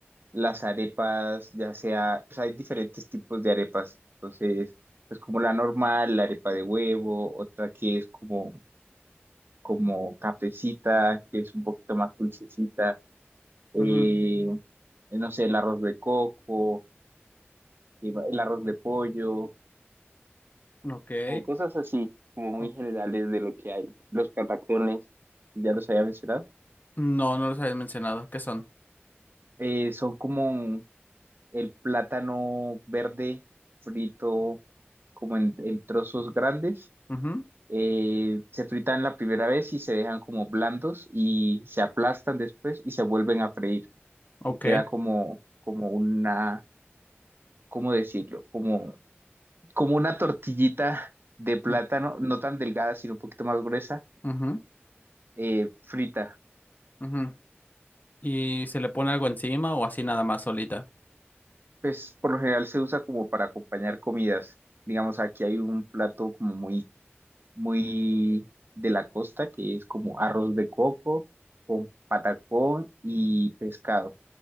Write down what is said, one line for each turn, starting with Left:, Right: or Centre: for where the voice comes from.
Right: las arepas, ya sea, pues hay diferentes tipos de arepas. Entonces, pues como la normal, la arepa de huevo, otra que es como, como cafecita, que es un poquito más dulcecita, eh,
Left: ujú.
Right: no sé, el arroz de coco, eh, el arroz de pollo,
Left: Ok.
Right: como cosas así, como muy
Left: O-
Right: generales de lo que hay. Los patacones, ya los había mencionado,
Left: No, no los habías mencionado. ¿Qué son?
Right: eh, son como el plátano verde frito como en en trozos grandes
Left: Ujú,
Right: eh, se fritan la primera vez y se dejan como blandos y se aplastan después y se vuelven a freír
Left: Ok.
Right: y queda como, como una, ¿cómo decirlo? Como, como una tortillita de plátano,
Left: u-
Right: no tan delgada, sino un poquito más gruesa,
Left: ujú,
Right: eh, frita.
Left: ujú. ¿Y se le pone algo encima o así nada más solita?
Right: Pues por lo general se usa como para acompañar comidas. Digamos, aquí hay un plato como muy, muy de la costa que es como arroz de coco con patacón y pescado.